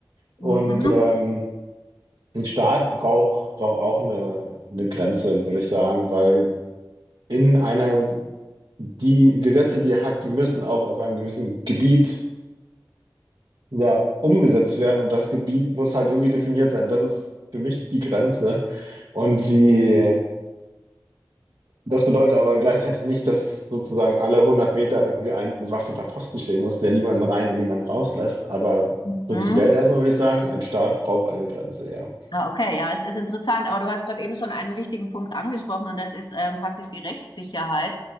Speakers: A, on the right (about 80°); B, on the left (about 80°).
A: Und
B: Mhm.
A: ähm, ein Staat braucht, braucht auch eine, eine Grenze, würde ich sagen, weil in einer, die Gesetze, die er hat, die müssen auch auf einem gewissen Gebiet ja umgesetzt werden und das Gebiet muss halt irgendwie definiert sein. Das ist für mich die Grenze. Und wie, das bedeutet aber gleichzeitig nicht, dass sozusagen alle 100 Meter irgendwie ein bewaffneter Posten stehen muss, der niemanden rein und niemanden rauslässt. Aber
B: Mhm.
A: prinzipiell erstmal würde ich sagen, ein Staat braucht eine Grenze, ja.
B: Ah, okay, ja, es ist interessant, aber du hast gerade eben schon einen wichtigen Punkt angesprochen und das ist ähm, praktisch die Rechtssicherheit